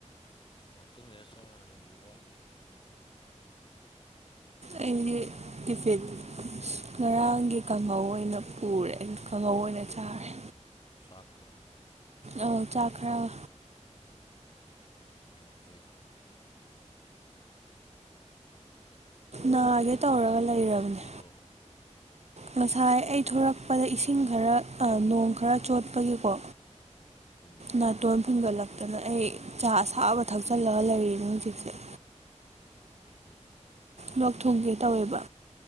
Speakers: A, on the left; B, on the right.
A: ꯉꯥꯏꯍꯥꯛꯇꯪ ꯂꯩꯔ ꯆꯥꯔꯅꯤ ꯍꯧꯖꯤꯛ ꯋꯥꯠꯂꯤ
B: ꯑꯩꯒꯤꯗꯤ ꯇꯦꯐꯤꯟ ꯉꯔꯥꯡꯒꯤ ꯀꯥꯡꯍꯧ ꯑꯣꯏꯅ ꯄꯨꯔꯦ ꯀꯥꯡꯍꯧ ꯑꯣꯏꯅ ꯆꯥꯔꯦ
A: ꯆꯥꯛꯀꯥ
B: ꯑꯥ ꯆꯥꯛ ꯈꯔꯥ
A: ꯐꯩ ꯐꯩ
B: ꯅꯥꯒꯦ
A: ꯋꯦꯗꯔ
B: ꯇꯧꯔꯒ
A: ꯀꯃꯥꯏꯅ ꯇꯧꯒꯦ
B: ꯂꯩꯔꯕꯅꯦ
A: ꯅꯣꯡ ꯆꯨꯗ꯭ꯔꯣ
B: ꯉꯁꯥꯏ ꯑꯩ ꯊꯣꯔꯛꯄꯗ ꯏꯁꯤꯡ ꯈꯔ ꯅꯣꯡ ꯈꯔ ꯆꯣꯠꯄꯒꯤꯀꯣ
A: ꯎꯝ
B: ꯅꯥꯇꯣꯟ ꯐꯤꯟꯒꯠꯂꯛꯇꯅ ꯑꯩ ꯆꯥ ꯑꯁꯥꯕ ꯊꯛꯆꯜꯂꯒ ꯂꯩꯔꯤꯅꯦ ꯍꯧꯖꯤꯛꯁꯦ
A: ꯎꯝ
B: ꯂꯧꯛ ꯊꯨꯡꯒꯦ ꯇꯧꯋꯦꯕ